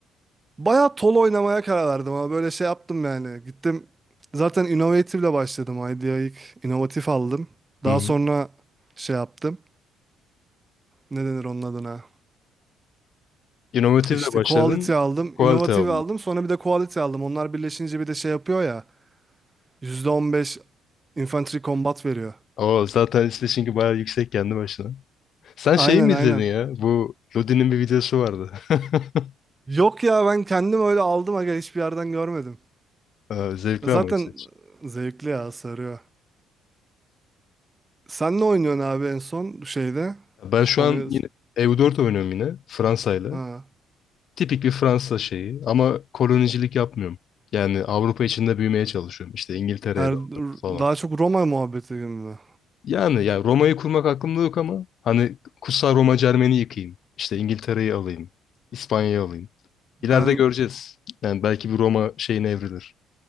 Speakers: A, on the right; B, on the left.
A: Bayağı tol oynamaya karar verdim ama böyle şey yaptım yani. Gittim zaten Innovative ile başladım. IDEA ilk inovatif aldım. Daha
B: Hı hı.
A: sonra şey yaptım. Ne denir onun adına?
B: İnovatifle
A: İşte
B: başladın,
A: quality aldım,
B: quality
A: innovative
B: aldın.
A: aldım, sonra bir de quality aldım. Onlar birleşince bir de şey yapıyor ya, %15 infantry combat veriyor.
B: O zaten işte çünkü bayağı yüksek kendi başına. Sen
A: Aynen
B: şeyi mi izledin
A: aynen.
B: ya? Bu Lodi'nin bir videosu vardı. <laughs>
A: Yok ya ben kendim öyle aldım aga hiçbir yerden görmedim.
B: Ee, Zevkli
A: Zaten
B: ama izleyici.
A: zevkli ya sarıyor. Sen ne oynuyorsun abi en son şeyde?
B: Ben şu
A: Oyun
B: an yine EU4 oynuyorum yine Fransa'yla.
A: ha.
B: Tipik bir Fransa şeyi ama kolonicilik yapmıyorum. Yani Avrupa içinde büyümeye çalışıyorum. İşte İngiltere'ye
A: Her,
B: de alıyorum falan.
A: daha çok Roma muhabbeti gibi mi?
B: Yani, yani Roma'yı kurmak aklımda yok ama hani Kutsal Roma Cermeni yıkayım. İşte İngiltere'yi alayım. İspanya'yı alayım.
A: Ben
B: İleride göreceğiz. Yani belki bir Roma şeyine evrilir.